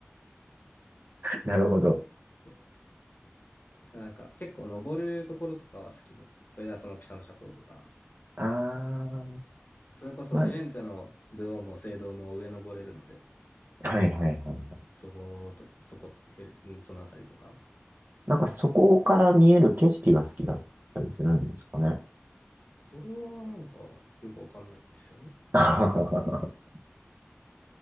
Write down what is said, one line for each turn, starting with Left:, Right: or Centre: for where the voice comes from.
Right: なるほど。
Left: そうなんか、結構登るところとかは好きだった。これだ、そのピサの斜塔とか。
Right: ああ、
Left: それこそフィレンツェのドゥオも聖堂も上登れるので、
Right: まあ、はいはいはい。
Left: そこと、そこ、ヘルそのあたりとか。
Right: なんかそこから見える景色が好きだったりするんですかね。
Left: それはなんかよくわかんないですよね。
Right: <laughs>